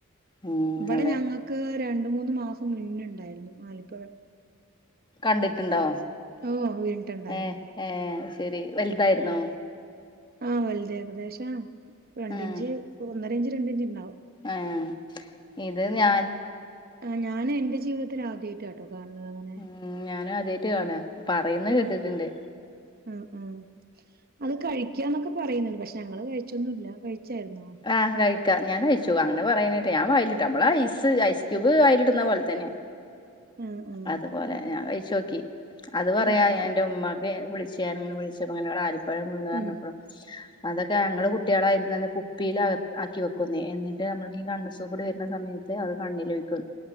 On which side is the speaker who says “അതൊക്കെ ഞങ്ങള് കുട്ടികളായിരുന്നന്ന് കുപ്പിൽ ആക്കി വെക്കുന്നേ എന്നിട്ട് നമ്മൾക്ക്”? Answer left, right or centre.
Left